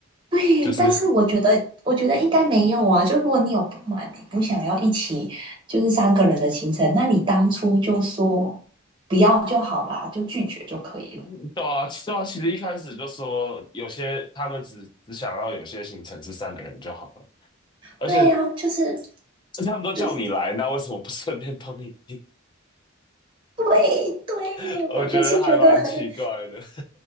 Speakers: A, on the right; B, on the left.
A: 对，
B: 就是
A: 但是我觉得我觉得应该没有啊，就如果你有不满，你不想要一起就是三个人的行程，那你当初就说不要就好啦，就拒绝就可以了。
B: <laughs> 对啊，其对啊，其实一开始就说有些他们只只想要有些行程是三个人就好了，而且
A: 对呀、就是
B: 这他们都叫你来，
A: 就是
B: 那为什么不顺便帮你订？
A: 对对，
B: <laughs> 我觉得还蛮奇怪的，
A: 我就是觉得很，